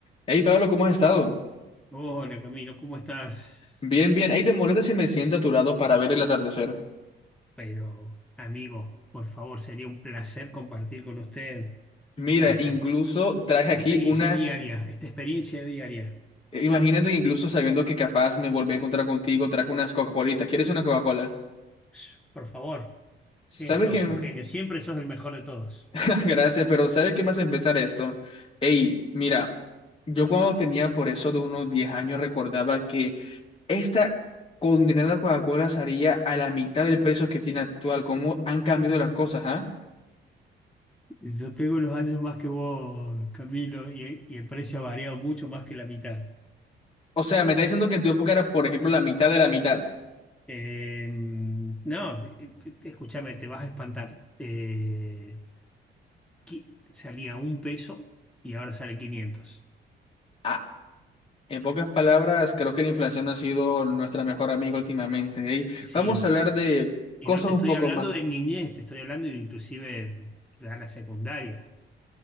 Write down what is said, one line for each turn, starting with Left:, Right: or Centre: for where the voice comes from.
Left: Hey Pablo, ¿cómo has estado?
Centre: Hola Camilo, ¿cómo estás?
Left: Bien, bien. Hey, ¿te molesta si me siento a tu lado para ver el atardecer?
Centre: Pero amigo, por favor, sería un placer compartir con usted
Left: Mira,
Centre: esta
Left: incluso traje
Centre: experiencia
Left: aquí unas.
Centre: diaria, esta experiencia diaria.
Left: Imagínate que incluso sabiendo que capaz me volví a encontrar contigo, traje unas Coca-Colitas. ¿Quieres una Coca-Cola?
Centre: Ups, Por favor,
Left: ¿Sabes
Centre: que sos
Left: qué?
Centre: un genio, siempre sos el mejor de todos.
Left: <laughs> Gracias, pero ¿sabes qué más empezar esto? Hey, mira, yo cuando tenía por eso de unos 10 años recordaba que esta condenada Coca-Cola salía a la mitad del precio que tiene actual. ¿Cómo han cambiado las cosas, ah?
Centre: Yo tengo unos años más que vos, Camilo, y, y el precio ha variado mucho más que la mitad.
Left: O sea, me está diciendo que en tu época era, por ejemplo, la mitad de la mitad.
Centre: Eh, no, eh, escúchame, te vas a espantar. Eh, qui- salía un peso y ahora sale 500.
Left: Ah, en pocas palabras, creo que la inflación ha sido nuestra mejor amiga últimamente. ¿eh?
Centre: Sí,
Left: Vamos a hablar de
Centre: Y
Left: cosas
Centre: no te
Left: un
Centre: estoy
Left: poco
Centre: hablando
Left: más
Centre: de niñez, te estoy hablando de inclusive ya la secundaria.